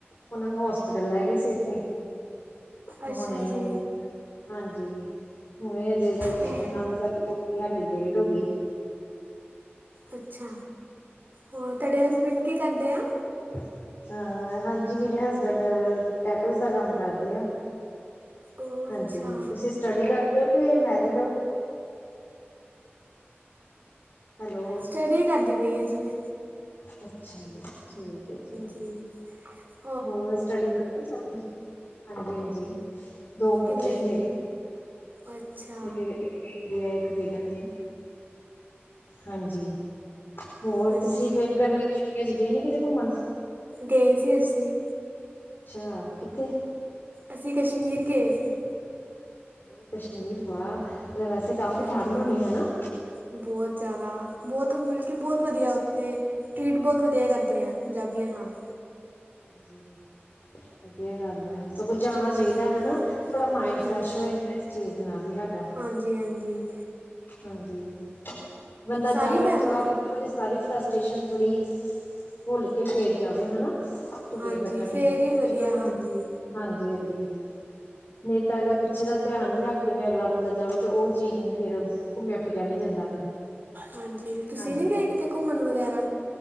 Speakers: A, on the left; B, on the right.
A: ਉਹਨਾਂ ਨੂੰ ਹੋਸਪੀਟਲ ਲੈ ਗਏ ਸੀ ਅਸੀਂ। ਹੁਣੇ
B: ਅੱਛਾ ਜੀ
A: ਉਹ ਹਾਂਜੀ। ਹੁਣ ਅਜੇ ਲੈ ਕੇ
B: ਹੋ
A: ਆ ਉਹਨਾਂ ਨੂੰ ਸਾਡੀ ਲੇਟ ਹੋ ਗਈ।
B: ਅੱਛਾ ਹੋਰ ਤੁਹਾਡੇ ਹਸਬੈਂਡ ਕੀ ਕਰਦੇ ਆ।
A: ਅਹ ਹਾਂਜੀ ਮੇਰੇ ਹਸਬੈਂਡ ਟੈਟੋਸ ਦਾ ਕੰਮ ਕਰਦੇ ਆ।
B: ਉਹ
A: ਹਾਂਜੀ
B: ਅੱਛਾ
A: ਤੁਸੀਂ ਸਟਡੀ ਕਰਦੇ ਹੋ ਕਿ ਮੈਰਿਡ ਹੋ। ਹੈਲੋ
B: ਸਟੱਡੀ ਕਰਦੀ ਪਈ ਆ ਜਿਵੇਂ।
A: ਅੱਛਾ ਜੀ ਠੀਕ ਹੈ ਜੀ।
B: ਅਤੇ। <unintelligible> <inaudible>
A: ਹੋਰ ਸਟੱਡੀ ਵਧਿਆ ਚਲਦੀ। ਹਾਂਜੀ ਹਾਂਜੀ ਦੋ ਬੱਚੇ
B: ਕਿੰਨੇ
A: ਨੇ ਮੇਰੇ।
B: ਅੱਛਾ।
A: ਮੇਰੇ ਇਕ ਬੇਟੀ ਏ ਇੱਕ ਬੇਟਾ ਜੇ। ਹਾਂਜੀ ਹੋਰ
B: ਹਾਂਜੀ
A: ਤੁਸੀ ਫੇਰ ਗਰਮੀ ਦੀ ਛੁੱਟੀ ਛੁੱਟੀਆਂ ਚ ਗਏ ਨੀ ਕਿਤੇ ਘੁੰਮਣ।
B: ਗਏ ਸੀ ਅੱਸੀ।
A: ਅੱਛਾ ਕਿੱਥੇ।
B: ਅਸੀਂ ਕਸ਼ਮੀਰ ਗਏ ਸੀ।
A: ਬ ਕਸ਼ਮੀਰ ਵਾ ਉਹਦੇ ਵੈਸੇ ਕਾਫ਼ੀ
B: ਹਾਂਜੀ
A: ਠੰਡ ਹੋਣੀ ਹਨਾ।
B: ਬਹੁਤ ਜ਼ਿਆਦਾ ਬਹੁਤ ਮਤਲਬ ਕਿ ਬਹੁਤ ਵਧੀਆ ਉੱਥੇ। ਟਰੀਟ ਬਹੁਤ ਵਧੀਆ ਕਰਦੇ ਆ ਪੰਜਾਬੀਆਂ ਨਾਲ।
A: ਹਾਂਜੀ ਵਧੀਆ ਗੱਲ ਹੈ। ਸਗੋਂ ਜਾਣਾ
B: ਹਾਂਜੀ
A: ਚਾਹੀਦਾ ਹੈ ਹਨਾ ਥੋੜ੍ਹਾ ਮਾਇੰਡ ਫਰੈਸ਼
B: ਹਾਂਜੀ
A: ਹੋ ਜਾਂਦਾ ਇਸ ਚੀਜ਼ ਦੇ ਨਾਲ ਵੀ ਸਾਡਾ।
B: ਹਾਂਜੀ ਹਾਂਜੀ।
A: ਹਾਂਜੀ ਬੰਦਾ
B: ਸਾਰੀ
A: ਜਾਵੇ
B: ਫੈਮ
A: ਤੇ ਥੋੜਾ ਉਹਦੀ ਸਾਰੀ ਫਰਸਟੇਸ਼ਨ ਥੋੜੀ ਭੁੱਲ ਕੇ ਫੇਰ ਜਾਵੇ ਹਨਾ। ਛੁੱਟੀਆਂ
B: ਹਾਂਜੀ
A: ਕੱਟਣ
B: ਫਿਰ
A: ਤੇ
B: ਹੀ
A: ਪਿੱਛੇ
B: ਵਧੀਆ
A: ਦਾ
B: ਹਾਂਜੀ
A: ਧ ਹਾਂਜੀ ਹਾਂਜੀ। ਨਹੀਂ ਤਾਂ ਅਗਰ ਪਿੱਛੇ ਦਾ ਧਿਆਨ ਵੀ ਰੱਖ ਕੇ ਫਿਰ ਅਗਲਾ ਬੰਦਾ ਜਾਵੇ ਤਾਂ ਉਹ ਚੀਜ਼ ਨਹੀ ਫੇਰ। ਘੁੰਮਿਆ ਫਿਰਿਆ ਨੀ ਜਾਂਦਾ ਫਿਰ।
B: ਹਾਂਜੀ ਤੁਸੀਂ
A: ਹਾਂਜੀ
B: ਨੀ ਗਏ ਕਿਤੇ ਘੁੰਮਣ ਵਗੈਰਾ।